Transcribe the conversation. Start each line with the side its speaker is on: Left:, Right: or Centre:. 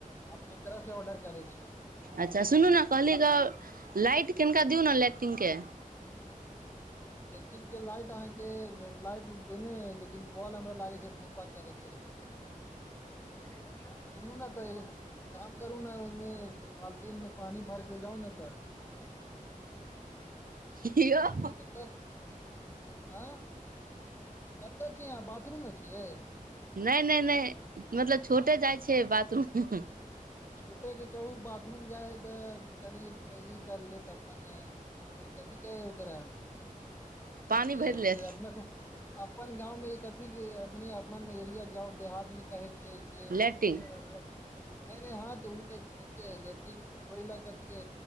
Left: हम मिन्त्रासँ ऑर्डर करै छियै।
Right: अच्छासुनू ने कहलिऐ गऽ लाइट कनेक
Left: हँ
Right: दियौ ने लैट्रिंग के
Left: लैट्रिंग के लाइट अहाँकेँ लाइट देने अय लेकिन बौल हमरा लगै छै जे भुक भाक करै छै। सुन न सुनू ने तऽ एगो काम करू ने ओहिमे बाल्टीमे पानी भरि कऽ जाउ ने त
Right: याऊ
Left: कतऽ आ कतय छीय अहाँ बाथरूम मे छियै
Right: नै नै नै मतलब छोटे जाइ छैय बाथरूम।
Left: छोटे के कहू बाथरूम जाइ हइ तऽ कनि ई कर लेत अपन कथी कहय हय ओकरा
Right: पानि
Left: अरे
Right: भरि लेत
Left: जे अपना सभ अपन गाव मे कथी अपने अपन एरिया गाव देहात मे कहै छैय जेने
Right: लैट्रिन
Left: हाथ ओ तऽ ठीक लेट्रिन धोइ लऽ कथे